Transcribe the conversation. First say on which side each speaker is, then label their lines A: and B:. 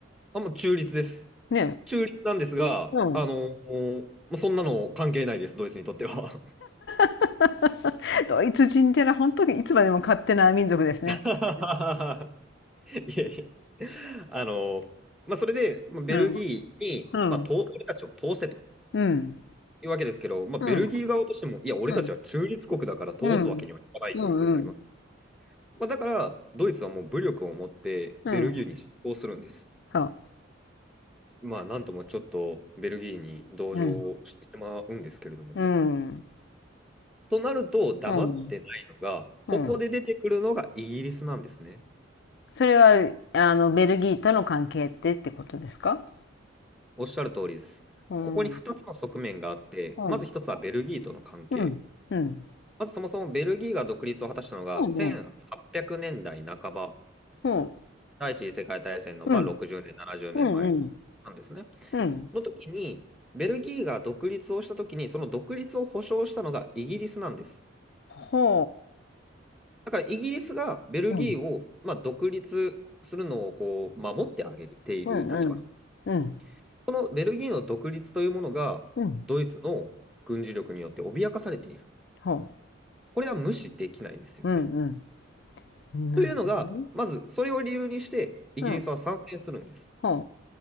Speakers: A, in the centre; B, on the left.
A: あ、もう中立です。
B: ね。
A: 中立なんですが、
B: うん。
A: あの、もうそんなの関係ないです、ドイツにとっては。
B: <laughs> ドイツ人ってのは本当にいつまでも勝手な民族ですね。
A: <laughs> いえいえ。あの、まあ、それで、まあ、ベルギーに、
B: うん。うん。
A: まあ、と、俺たちを通せと
B: うん。
A: いうわけですけど、まあ、
B: うん。
A: ベルギー側としても、いや、俺たちは中立国だから通すわけにはいかないというふうになります。
B: うん。うん。うん。うん。
A: まあ、だから、ドイツはもう武力を持ってベルギーに侵攻するんです。
B: うん。は。
A: まあ、なんともちょっとベルギーに同情してしまうんですけれども。
B: うん。うん。
A: となると、黙ってないのが、
B: うん。うん。
A: ここで出てくるのがイギリスなんですね。
B: それは、あの、ベルギーとの関係ってってことですか
A: おっしゃる通りです。
B: うん、
A: ここに2つの側面があって、
B: うん、うん、
A: まず1つはベルギーとの関係。
B: うん、うん、
A: まずそもそもベルギーが独立を果たしたのが1800年代半ば、
B: うん、うん、
A: 第一次世界大戦のまあ60年、
B: うん、
A: 70年前なんですね。
B: うん、うん、うん、
A: の時に、ベルギーが独立をした時に、その独立を保障したのがイギリスなんです。
B: ほ
A: だからイギリスがベルギーをまあ独立するのをこう守ってあげている立場なんです
B: う、うん、うん、うん、うん、
A: このベルギーの独立というものが、
B: うん、
A: ドイツの軍事力によって脅かされている。
B: ほ
A: これは無視できないですよね。
B: う、うん、うん、なるほどね。
A: というのが、まずそれを理由にして、イギリスは参戦するんです。
B: うん、ほ